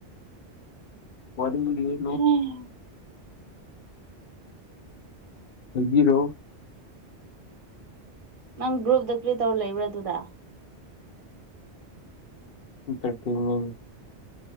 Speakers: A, on the left; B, on the right.
A: ꯍꯦ
B: ꯍꯝ
A: ꯂꯩꯕꯤꯔꯣ
B: ꯅꯪ ꯒ꯭ꯔꯨꯞꯗ ꯀ꯭ꯔꯤ ꯇꯧꯔ ꯂꯩꯕ꯭ꯔꯥ ꯑꯗꯨꯗꯗꯥ
A: ꯏꯟꯇꯔꯇꯃꯦꯟ